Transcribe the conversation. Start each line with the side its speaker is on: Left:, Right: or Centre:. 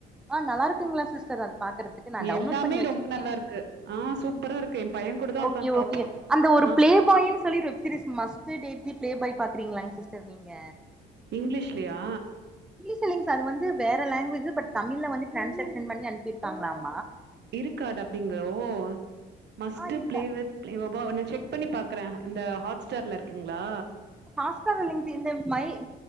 Centre: ஆஹ் நல்லா இருக்குங்களா சிஸ்டர் அது பாக்குறதுக்கு நான் டவுன்லோட்
Right: எல்லாமே
Centre: பண்ணி வச்சிருக்கேன்
Right: ரொம்ப நல்லா இருக்கு. ஆ சூப்பரா இருக்கு. என் பையன் கூட தான்
Centre: ஓகே
Right: உட்காந்து
Centre: -ஓகே
Right: பாப்போம்.
Centre: அந்த ஒரு
Right: ஆ
Centre: பிளே பாய்ன்னு சொல்லிஒரு series must date the Playboy பாக்கறீங்களாங் சிஸ்டர் நீங்க
Right: இங்கிலிஷ்லியா
Centre: ல்லிங் சார் அது வந்து வேற லாங்குவேஜ் பட் தமிழ்ல வந்து டிரான்ஸ்லேஷன் பண்ணி அனுப்பிருக்காங்களாமா
Right: இருக்கா டப்பிங்கு ஓ மஸ்ட்
Centre: ஆ இருக்க
Right: ப்ளே வித் பிளேயோபா ஒல்லி செக் செக் பண்ணி பாக்குறான் இந்த ஹாட் ஸ்டார்லயிருக்குங்களா
Centre: ஹாஸ்டார் இல்லைங்க சிஸ்டர்